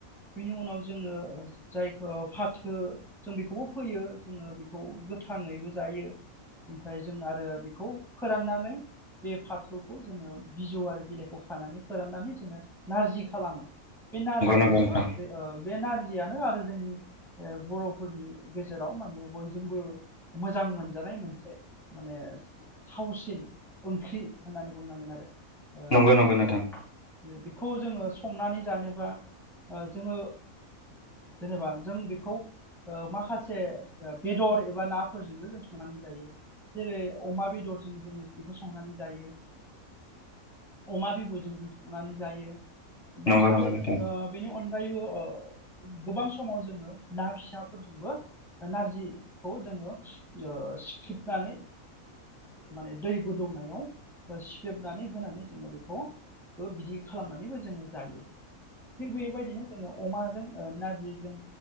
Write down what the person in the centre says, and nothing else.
बेनि उनाव जोंङो जायखौ फाथो जों बेखौबो फोयो जोंङो बेखौ गोथाङैबो जायो ओमफ्राय जों आरो बेखौ फोराननानै बे फाथोखौ जोंङो बिजौ आरो बिलाइखौ खानानै फोराननानै जोंङो नारजि खालामो बे नारजिखौबो
बे बे नारजि <inaudible> आरो जोंनि बर'फोरनि गेजेराव माने बयजोंबो मोजां मोनजानाय मोनसे माने थावसिन ओंख्रि होननानै बुंनांगोन आरो <inaudible>
जोंङो संनानै जानोबा जोंङो जेनेबा जों बेखौ माखासे बेदर एबा नाफोरजोंबो जों संनानै जायो जेरै अमा बेदरजों जोंङो बेखौ संनानै जायो अमा बिबुजों जों संनानै जायो बा
आरो
जों बेनि अनगायैबो गोबां समाव जोंङो ना फिसाफोरजोंबो नारजिखौ जोंङो सिख्लेबनानै माने दै गोदौनायाव सिख्लेबनानै होनांगौ जोङो बेखौ बिदि खालामनानैबो जोंङो जायो थिग बेबायदिनो जोंङो अमाजों नारजिजों